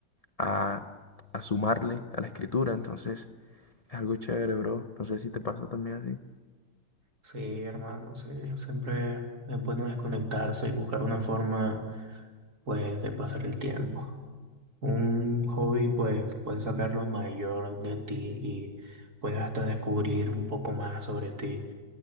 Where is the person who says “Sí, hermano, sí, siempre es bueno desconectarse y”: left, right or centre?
Right